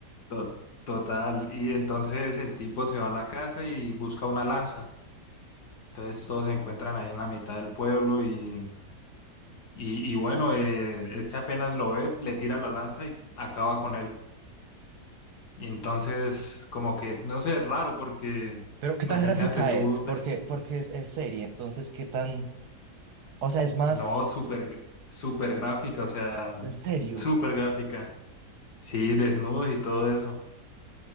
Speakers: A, on the left; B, on the right.
A: to- total. Y entonces el tipo se va a la casa y busca una lanza. Entonces todos se encuentran ahí en la mitad del pueblo y, y, y bueno, eh, este apenas lo ve, le tira la lanza y acaba con él. Y entonces como que, no sé, es raro porque
B: Pero
A: imagínate
B: ¿qué tan gráfica
A: tú
B: es? Porque, porque es, es serie, entonces ¿qué tan, o sea, es más
A: No, súper, súper gráfica, o sea,
B: en serio?
A: súper gráfica. Sí, desnudos y todo eso.